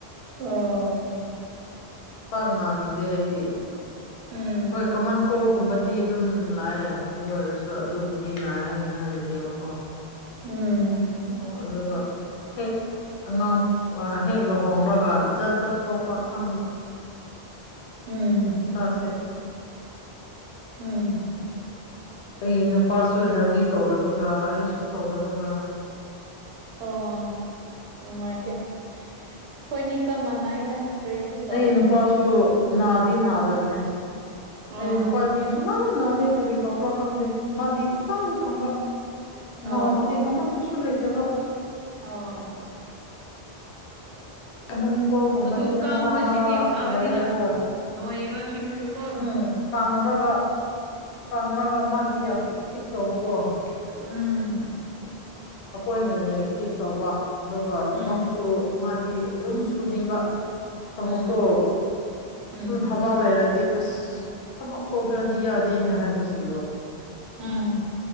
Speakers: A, on the right; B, on the left.
A: ꯑꯣ
B: ꯄꯥꯛ ꯅꯥꯅꯤꯡꯗꯦ ꯑꯩꯗꯤ
A: ꯎꯝ
B: ꯍꯣꯏ ꯀꯃꯟ ꯀꯣꯜꯒꯨꯝꯕꯗꯤ ꯑꯗꯨꯝ ꯂꯥꯛꯑꯦ ꯑꯗꯨ ꯑꯣꯏꯔꯁꯨ ꯑꯗꯨꯕꯨꯗꯤ ꯅꯥꯑꯦ ꯍꯥꯏꯅꯤꯡꯉꯥꯏ ꯂꯩꯇꯦꯕꯀꯣ ꯋꯥ
A: ꯎꯝ
B: ꯑꯣ ꯑꯗꯨꯒ ꯍꯦꯛ ꯑꯉꯥꯡ ꯍꯦꯛ ꯂꯨꯍꯣꯡꯔꯒ ꯖꯠ ꯖꯠ ꯊꯣꯛꯄ ꯈꯪꯗꯦ
A: ꯎꯝ
B: ꯏꯁꯥꯁꯦ
A: ꯎꯝ
B: ꯑꯩꯒꯤ ꯅꯨꯄꯥꯁꯨ ꯍꯦꯜꯗꯤ ꯇꯧꯗꯕꯒ ꯑꯩꯁꯨ ꯇꯧꯗꯕꯒ
A: ꯑꯣ ꯅꯨꯡꯉꯥꯏꯇꯦ ꯑꯩꯈꯣꯏꯅꯤ ꯆꯞ ꯃꯥꯟꯅꯩꯗ ꯀꯔꯤꯁꯨ ꯇꯧꯔꯣꯏ
B: ꯑꯩ ꯅꯨꯄꯥꯁꯨ ꯅꯥꯗꯤ ꯅꯥꯗꯕꯅꯦ
A: ꯑꯣ
B: ꯑꯩ ꯅꯨꯄꯥꯗꯤ ꯁꯨꯅꯥ ꯅꯥꯗꯦ ꯀꯔꯤ ꯇꯧꯕ꯭ꯔꯥ ꯈꯪꯗꯦ ꯃꯥꯗꯤ ꯏꯀꯪ ꯀꯪꯕ
A: ꯑꯣ
B: ꯅꯥꯕꯗꯤ ꯑꯃꯠꯇꯁꯨ ꯂꯩꯇꯕ
A: ꯑꯣ
B: ꯀꯝꯃꯟ ꯀꯣꯜꯒꯨꯝꯕꯗꯤ
A: ꯑꯗꯨ ꯀꯪꯕꯁꯤꯗꯤ
B: ꯑꯃꯔꯥ ꯑꯃꯔꯥ
A: ꯐꯕꯅꯤꯗ
B: ꯂꯩꯌꯦ ꯑꯗꯨ ꯑꯣꯏꯔꯁꯨ
A: ꯅꯣꯏꯕꯁꯤꯡꯁꯨ ꯀꯣ
B: ꯎꯝ ꯀꯪꯔꯒ ꯀꯥꯡꯒꯝꯕꯗꯤ ꯌꯥꯝ ꯑꯦꯀꯤꯤꯞ ꯇꯧꯕꯀꯣ ꯑꯩꯀꯣꯏ
A: ꯎꯝ
B: ꯍꯦꯟꯅ ꯑꯦꯛꯇꯤꯚ ꯇꯧꯕ ꯑꯗꯨꯒ ꯊꯕꯛꯁꯨ
A: ꯎꯝ
B: ꯃꯥꯗꯤ ꯑꯗꯨꯝ ꯁꯨꯅꯤꯡꯕ ꯊꯕꯛꯇꯣ
A: ꯎꯝ ꯎꯝ
B: ꯁꯝ ꯊꯕꯛ ꯂꯩꯔꯗꯤ ꯑꯁ ꯊꯕꯛ ꯇꯧꯗ꯭ꯔꯗꯤ ꯌꯥꯗ ꯗꯅꯦ ꯍꯥꯏꯕꯁꯤꯡꯗꯣ
A: ꯎꯝ